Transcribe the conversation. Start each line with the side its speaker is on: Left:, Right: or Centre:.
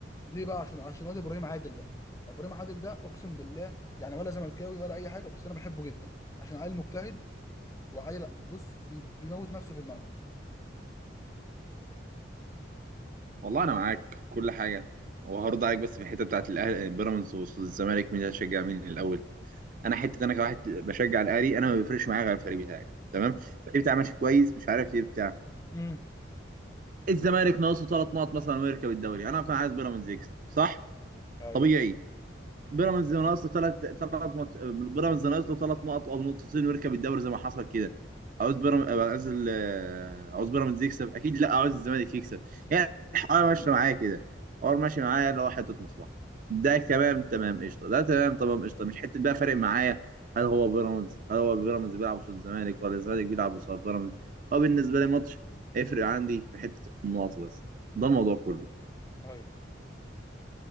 Left: ليه بقى عشان عشان واد ابراهيم عادل ده ابراهيم عادل ده اقسم بالله يعني ولا زملكاوي ولا اي حاجه بس انا بحبه جدا عشان عيل مجتهد وعيل بص بي... بيموت نفسه في الملعب
Right: والله انا معاك في كل حاجه وهرد عليك بس في الحته بتاعت الاهلي بيراميدز والزمالك مين هتشجع مين الاول انا حته انا كواحد بشجع الاهلي انا ما بيفرقش معايا غير الفريق بتاعي تمام الفريق بتاعي ماشي كويس مش عارف ايه بتاع
Left: امم
Right: الزمالك ناقصه ثلاث نقط مثلا ويركب الدوري انا كنت عايز بيراميدز يكسب صح
Left: ايوه
Right: طبيعي بيراميدز ناقص له ثلاث ثلاث مط... بيراميدز ناقص له ثلاث نقط او نقطتين ويركب الدوري زي ما حصل كده عاوز بيراميدز عاوز ال- عاوز بيراميدز يكسب اكيد لا عاوز الزمالك يكسب يعني الحوار ماشي معايا كده الحوار ماشي معايا اللي هو حته مصلحه ده تمام تمام قشطه ده تمام تمام قشطه مش حته بقى فارق معايا هل هو بيراميدز هل هو بيراميدز بيلعب قصاد الزمالك ولا الزمالك بيلعب قصاد بيراميدز هو بالنسبه لي ماتش هيفرق عندي في حته النقط بس ده الموضوع كله
Left: ايوه